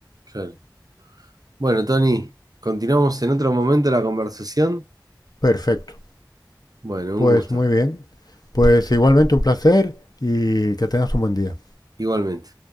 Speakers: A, on the right (about 50°); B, on the left (about 55°).
A: claro. Bueno, Tony, continuamos en otro momento la conversación.
B: Perfecto.
A: Bueno,
B: Pues
A: un gusto.
B: muy bien. Pues igualmente un placer y que tengas un buen día.
A: Igualmente.